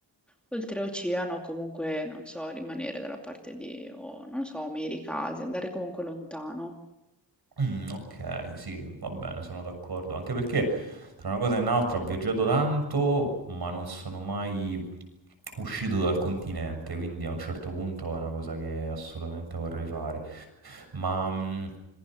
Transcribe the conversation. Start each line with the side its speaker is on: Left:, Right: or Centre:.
Centre: oltre oceano, comunque, non so, rimanere dalla parte di, o non lo so, America, Asia, andare comunque lontano.
Right: Mh, okay, sì, va bene, sono d'accordo. Anche perché tra una cosa e un'altra ho viaggiato tanto, ma non sono mai uscito dal continente, quindi a un certo punto è una cosa che assolutamente vorrei fare. Ma, mhmm,